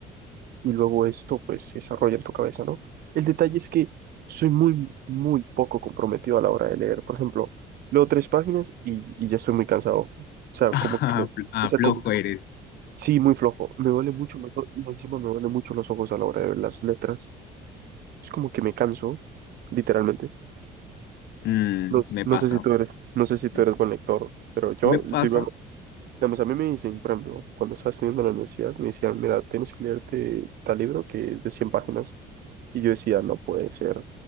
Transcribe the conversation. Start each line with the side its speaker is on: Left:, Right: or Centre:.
Right: y luego esto pues se desarrolla en tu cabeza, ¿no? El detalle es que soy muy, muy poco comprometido a la hora de leer. Por ejemplo, leo tres páginas y, y ya estoy muy cansado. O sea,
Left: <laughs>
Right: como
Left: Ah,
Right: que,
Left: fl-
Right: o
Left: ah,
Right: sea,
Left: flojo
Right: como que,
Left: eres.
Right: sí, muy flojo. Me duele mucho los ojos y encima me duele mucho los ojos a la hora de ver las letras. Es como que me canso, literalmente.
Left: Mm,
Right: No,
Left: me
Right: no
Left: pasa.
Right: sé si tú eres, no sé si
Left: Me,
Right: tú eres buen lector, pero yo,
Left: me pasa.
Right: digo Digamos, a mí me dicen, por ejemplo, cuando estaba estudiando en la universidad, me decían, mira, tienes que leerte tal libro que es de 100 páginas. Y yo decía, no puede ser.